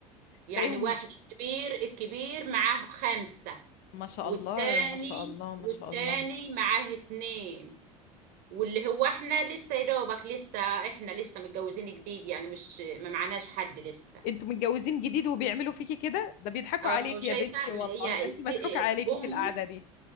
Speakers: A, on the right; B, on the left.
A: يعني
B: تلاقيهم
A: واحد الكبير الكبير معاه خمسة
B: ما شاء
A: والتاني
B: الله ما شاء الله ما
A: والتاني
B: شاء الله
A: معاه اتنين واللي هو احنا لسه يا دوبك لسه احنا لسه متجوزين جديد يعني مش ما معناش حد لسه
B: انتوا متجوزين جديد وبيعملوا فيكي كده ده بيضحكوا
A: اه
B: عليكي
A: ما هو شايفه
B: يا بنتي
A: ما
B: والله
A: هي
B: ده
A: الس-
B: انت مضحوك
A: آه،
B: عليكي
A: امه
B: في القعده دي